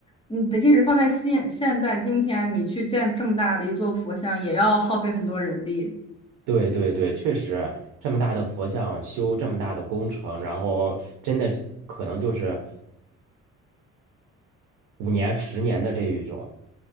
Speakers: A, on the left (about 20°); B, on the right (about 85°).
A: 你的即使放在现现在今天，你去建这么大的一座佛像，也要耗费很多人力，
B: 对对对，确实，这么大的佛像修这么大的工程，然后真的可能就是五年、十年的这一种。